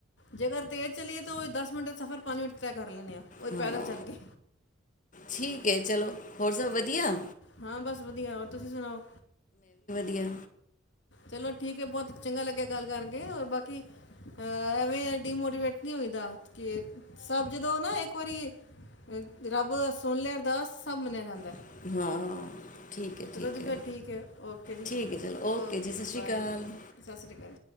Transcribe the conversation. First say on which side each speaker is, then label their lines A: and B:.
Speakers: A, on the left; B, on the left.
A: ਜੇਕਰ ਤੇਜ ਚਲੀਏ ਤੋ ਦਸ ਮਿੰਟ ਦਾ ਸਫ਼ਰ ਪੰਜ ਮਿੰਟ ਤੈ ਕਰ ਲੈਂਦੇ ਆ ਉਹ ਵੀ
B: ਹਾਂ
A: ਪੈਦਲ ਚੱਲ ਕੇ
B: ਠੀਕ। ਕੇ ਚਲੋ ਹੋਰ ਸਭ ਵਧੀਆ।
A: ਹਾਂ ਬਸ ਵਧੀਆ ਹੋਰ ਤੁਸੀਂ ਸੁਣਾਓ।
B: ਧੀਆ।
A: ਚਲੋ ਠੀਕ ਐ, ਬਹੁਤ ਚੰਗਾ ਲੱਗਿਆ ਗੱਲ ਕਰਕੇ ਔਰ ਬਾਕ ਕਿ ਐਵੇਂ ਡੀਮੋਟੀਵੇਟ ਨਹੀਂ ਹੋਈਦਾ ਕੇ ਸਭ ਜਦੋਂ ਨਾ ਇੱਕ ਵਾਰੀ ਰੱਬ ਸੁਣ ਲੇ, ਅਰਦਾਸ ਸਭ ਮੰਨਿਆ ਜਾਂਦਾ। ਹੈ।
B: ਹਾਂ। ਠੀਕ ਹੈ
A: ਚਲੋ ਜੀ
B: ਹੈ
A: ਫਿਰ ਠੀਕ ਏ, ਓਕੇ ਜੀ,
B: ਠੀਕ ਹੈ ਚਲੋ
A: ਓਕੇ
B: ਸਤਿ
A: ਜੀ,
B: ਸ਼੍ਰੀ
A: ਬਾਏ
B: ਅਕਾਲ
A: ਜੀ, ਸਤਿ ਸ੍ਰੀ ਅਕਾਲ।